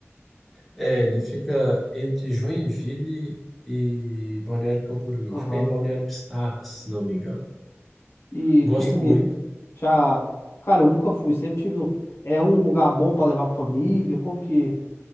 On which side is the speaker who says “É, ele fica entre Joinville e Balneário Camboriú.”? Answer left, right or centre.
Centre